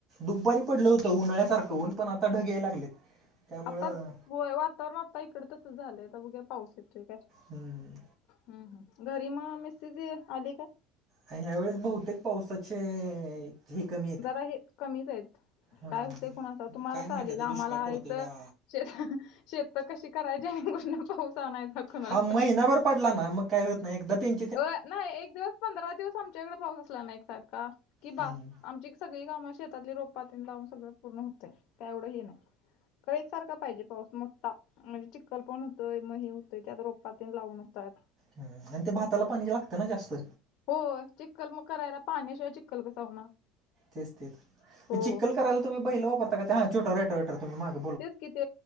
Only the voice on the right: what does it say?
दुप्बारी पडलं होतं उन्हाळ्यासारखं होऊन पण आता ढग याय लागलेत. त्यामुळं
हूं!
ह्या वेळेस बहुतेक पावसाचे हे कमी. आहेत
हा.
काय माहिती
आता
दुष्काळ पडतोय
का?
हा महिनाभर
पडला ना मग काय होत नाही, एकदा तेन.
हम्म
ह आणि ते भाताला पाणी लागतं ना जास्त.
तेच ते
चिक्कल करायला तुम्ही बैल वापरता का ते हा छोटं रेटा वेटर तुम्ही माग